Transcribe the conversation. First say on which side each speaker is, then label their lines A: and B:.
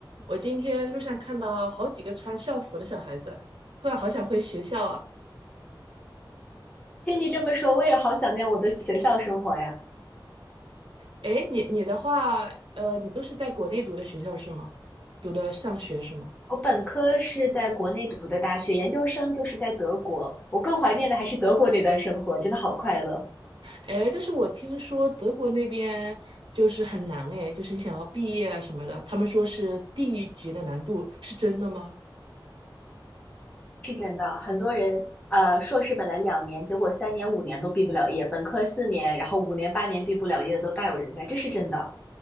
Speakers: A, on the right (about 85°); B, on the left (about 15°).
A: 我今天路上看到好几个穿校服的小孩子，突然好想回学校啊！
B: 听你这么说，我也好想念我的学校生活呀。
A: 哎，你你的话，呃，你都是在国内读的学校是吗？读的上学是吗？
B: 我本科是在国内读的大学，研究生就是在德国。我更怀念的还是德国那段生活，真的好快乐。
A: 哎，但是我听说德国那边就是很难哎，就是你想要毕业啊什么的，他们说是地狱级的难度，是真的吗？
B: 是真的，很多人呃，硕士本来两年，结果三年、五年都毕不了业；本科四年，然后五年、八年毕不了业的都大有人在，这是真的。